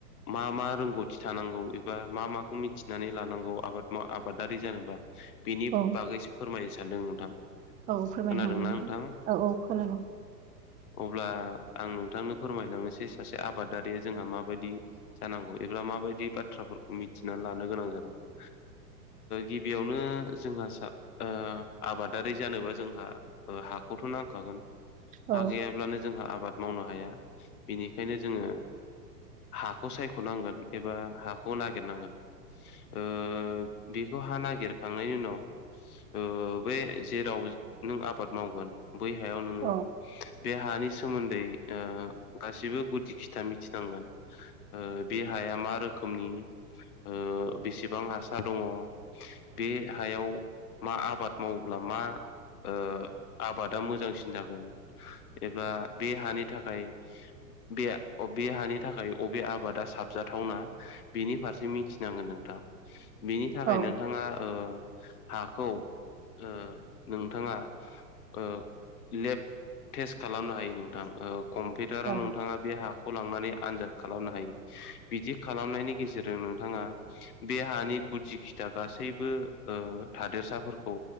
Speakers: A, on the left; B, on the right.
A: मा मा रोंगौथि थानांगौ एबा मा माखौ मिथिनानै लानांगौ आबाद माव आबादारि जानोबा? बेनि
B: औ
A: बागैसो फोरमायनो सानदों नोंथां।
B: औ फोरमायनो
A: खोनादोंना
B: हागोन
A: नोंथां
B: औ औ खोनादों।
A: अब्ला आं नोंथांनो फोरमायलांनोसै सासे आबादारिया जोंहा माबायदि, जानांगौ एब्ला माबायदि बाथ्राफोरखौ मिथिनानै लानो गोनां जानांगौ। ओ गिबियावनो जों आसा ओ आबादारि जानोबा जों, हा हाखौथ' नांखागोन
B: औ
A: हा गैयाब्लानो जोंहा आबाद मावनो हाया। बेनिखायनो जोङो। हाखौ सायखनांगोन एबा हाखौ नागिरनांगोन। ओ बेखौ हा नागिरखांनायनि उनाव ओ बे जेराव नों आबाद मावगोन बै हायाव नोङो।
B: औ
A: बे हानि सोमोन्दै ओ गासिबो गुदि खिथा मिथिनांगोन। ओ बे हाया मा रोखोमनि ओ बेसेबां हासार दङ बे हायाव मा आबाद मावोब्ला मा ओ आबादा मोजांसिन जागोन। एबा बे हानि थाखाय बे हानि, थाखाय अबे आबादा साबजाथावना बेनि फारसे मिथिनांगोन नोंथां। बिनि थाखाय
B: औ
A: नोंथाङा। ओ हाखौ ओ नोंथाङा। ओ लेब टेस्ट खालामनो हायो नोंथां औ कम्पिउटाराव
B: औ
A: नोंथाङा बे हाखौ लांनानै आनजाद खालामनो हायो। बिदि खालामनायनि गेजेरजों नोंथाङा बे हानि गुदि खिथा गासैबो ओ थादेरसाफोरखौ,